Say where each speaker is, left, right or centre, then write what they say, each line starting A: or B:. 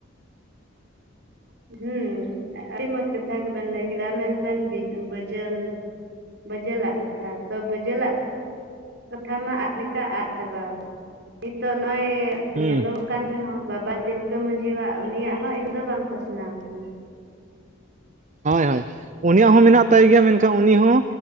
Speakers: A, on the right (about 60°); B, on the right (about 40°).
A: ᱦᱮᱸ ᱟᱹᱰᱤ ᱢᱚᱡᱽ ᱠᱟᱛᱷᱟ ᱜᱮᱵᱮᱱ ᱞᱟᱹᱭ ᱠᱮᱫᱟ ᱢᱮᱱᱵᱮᱱ ᱵᱟᱹᱡᱟᱹᱞ ᱵᱟᱹᱡᱟᱹᱟᱜ ᱠᱟᱛᱷᱟ ᱛᱚ ᱵᱟᱹᱡᱟᱹᱞᱟᱜ ᱠᱟᱛᱷᱟ ᱢᱟ ᱟᱫ ᱞᱮᱠᱟ ᱟᱫ ᱪᱟᱵᱟ ᱟᱠᱟᱱ ᱱᱤᱛᱚᱜ ᱱᱚᱜᱼᱚᱭ
B: ᱦᱩᱸ
A: ᱧᱮᱞᱚᱜ ᱠᱟᱱ ᱨᱮᱦᱚᱸ ᱵᱟᱵᱟ ᱛᱤᱞᱠᱟᱹ ᱢᱟᱺᱡᱷᱤᱣᱟᱜ ᱩᱱᱤᱭᱟᱜ ᱦᱚᱸ ᱤᱱᱟᱹᱜ ᱫᱚ ᱵᱟᱝ ᱯᱟᱥᱱᱟᱣ ᱟᱠᱟᱱᱟ ᱾
B: ᱦᱳᱭ ᱦᱳᱭ ᱩᱱᱤᱭᱟᱜ ᱦᱚᱸ ᱢᱮᱱᱟᱜ
A: ᱦᱮᱸ,
B: ᱛᱟᱭ ᱜᱮᱭᱟ ᱢᱮᱱ ᱮᱱᱠᱷᱟᱱ ᱩᱱᱤ ᱦᱚᱸ